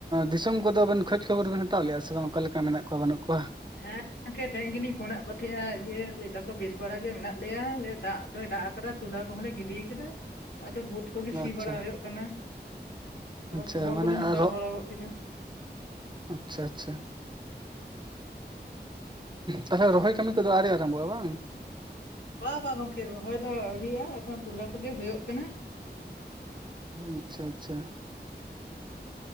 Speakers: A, on the right; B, on the left.
A: ᱫᱤᱥᱚᱢ ᱠᱚᱫᱚ ᱵᱮᱱ ᱠᱷᱚᱡᱽ ᱠᱷᱚᱵᱚᱨ ᱵᱮᱱ ᱦᱟᱛᱟᱣ ᱞᱮᱫ ᱟ ᱥᱮ ᱵᱟᱝ ᱚᱠᱟ ᱞᱮᱠᱟ ᱢᱮᱱᱟᱜ ᱠᱚᱣᱟ ᱵᱟᱹᱱᱩᱜ ᱠᱚᱣᱟ?
B: ᱦᱮᱸ ᱜᱚᱝᱠᱮ ᱛᱮᱦᱮᱧ ᱜᱮᱞᱤᱧ ᱯᱷᱳᱱ ᱟᱫ ᱠᱚ ᱛᱟᱦᱮᱸᱟ ᱤᱭᱟᱹ ᱞᱟᱹᱭᱫᱟᱠᱚ ᱵᱮᱥ ᱵᱟᱲᱟ ᱜᱮ ᱢᱮᱱᱟᱜ ᱞᱮᱭᱟ ᱟᱞᱮ ᱫᱟᱜ ᱫᱚᱭ ᱫᱟᱜ ᱟᱠᱟᱫᱟ ᱛᱩᱞᱟ ᱠᱚᱦᱚᱸ ᱞᱮ ᱜᱤᱰᱤᱭ ᱠᱮᱫᱟ ᱟᱫᱚ ᱵᱩᱴ ᱠᱚᱜᱮ ᱥᱤ
A: ᱟᱪᱪᱷᱟ
B: ᱵᱟᱲᱟ ᱦᱩᱭᱩᱜ ᱠᱟᱱᱟ᱾
A: ᱟᱪᱪᱷᱟ
B: ᱟᱫᱚ ᱠᱷᱚᱵᱚᱨ
A: ᱢᱟᱱᱮ
B: ᱠᱚᱞᱤᱧ ᱦᱟᱛᱟᱣ
A: ᱟᱨᱚ
B: ᱵᱟᱲᱟ ᱜᱚᱫ ᱠᱮᱫᱟ᱾
A: ᱟᱪᱪᱷᱟ ᱟᱪᱪᱷᱟ ᱛᱟᱦᱚᱞᱮ ᱨᱚᱦᱚᱭ ᱠᱟᱹᱢᱤ ᱠᱚᱫᱚ ᱟᱣᱨᱤ ᱟᱨᱟᱢᱵᱷᱚᱜ ᱟ ᱵᱟᱝ?
B: ᱵᱟᱝ ᱵᱟᱝ ᱜᱚᱢᱠᱮ ᱨᱚᱦᱚᱭ ᱫᱚ ᱟᱣᱨᱤᱭᱟᱜ ᱟ ᱮᱠᱷᱚᱱ ᱴᱚᱞᱟ ᱠᱚᱜᱮ ᱦᱳᱭᱳᱜ ᱠᱟᱱᱟ᱾
A: ᱟᱪᱪᱷᱟ ᱟᱪᱪᱷᱟ